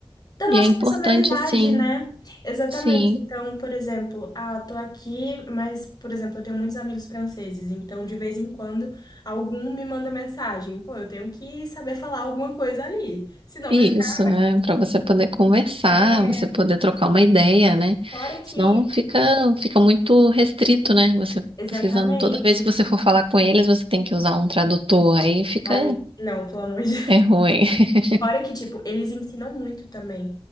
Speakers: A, on the left; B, on the right.
A: Da nossa
B: E é importante,
A: personalidade,
B: sim,
A: né? Exatamente.
B: sim,
A: Então, por exemplo, ah, tô aqui, mas, por exemplo, eu tenho muitos amigos franceses, então de vez em quando algum me manda mensagem. Pô, eu tenho que saber falar alguma coisa ali, senão
B: isso,
A: vai ficar.
B: é Para você poder conversar,
A: É,
B: você poder trocar uma ideia, né?
A: fora que.
B: Senão fica, fica muito restrito, né? Você
A: Exatamente.
B: precisando, toda vez que você for falar com eles, você tem que usar um tradutor, aí fica,
A: Ai, não, pelo amor de
B: é ruim. <laughs>
A: Fora que, tipo, eles ensinam muito também.